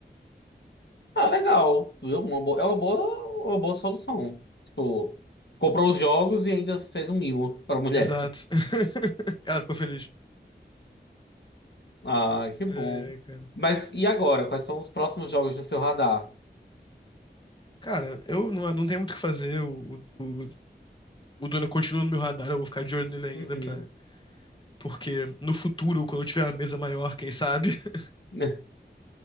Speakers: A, on the left; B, on the left.
A: Ah, legal, viu? Uma boa, é uma boa, uma boa solução. Tipo, comprou os jogos e ainda fez um mimo pra mulher.
B: Exato. <laughs> Ela ficou feliz.
A: Ah, que bom.
B: É, cara.
A: Mas e agora? Quais são os próximos jogos no seu radar?
B: Cara, eu não, não tenho muito o que fazer. O, o, o o Duna continua no meu radar, eu vou ficar de olho nele ainda
A: Uhum.
B: pra Porque no futuro, quando eu tiver a mesa maior, quem sabe? <laughs>
A: <laughs>